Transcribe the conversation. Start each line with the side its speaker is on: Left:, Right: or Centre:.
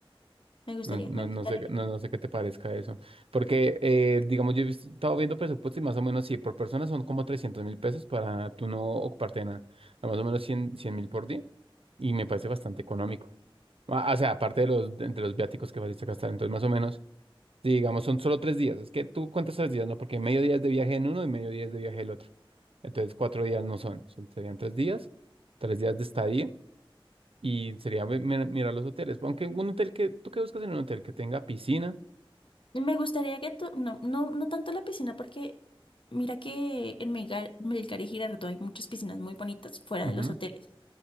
Left: Me gustaría,
Right: No, no,
Left: me
Right: no
Left: gusta
Right: sé,
Left: la
Right: no,
Left: idea.
Right: no sé qué te parezca eso. Porque, eh, digamos, yo he vis- estado viendo presupuestos y más o menos, sí, por persona son como trescientos mil pesos para tú no ocuparte de nada. Más o menos cien mil por día. Y me parece bastante económico. Ah, O sea, aparte de los, de- entre los viáticos que vas a gastar. Entonces, más o menos, Sí, digamos, son solo tres días. Es que tú cuentas tres días, ¿no? Porque medio día es de viaje en uno y medio día es de viaje el otro. Entonces, cuatro días no son. son serían tres días, tres días de estadía y sería ve- mi- mirar los hoteles. Aunque un hotel que, ¿tú qué buscas en un hotel? Que tenga piscina.
Left: Y Me gustaría que tú, no, no, no tanto la piscina porque mira que en Melgar, Melgar y Girardot hay muchas piscinas muy bonitas fuera
Right: Ujú,
Left: de los hoteles.